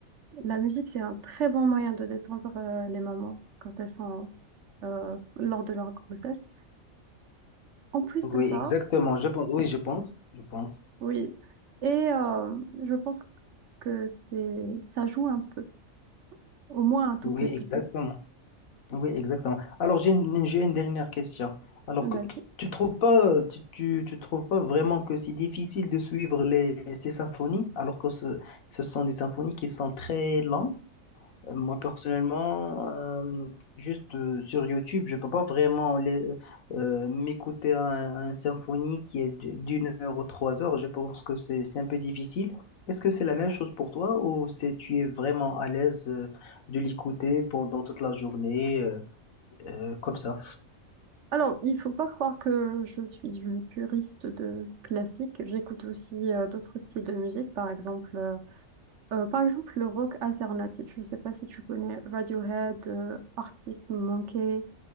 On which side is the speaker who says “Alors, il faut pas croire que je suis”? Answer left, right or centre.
Right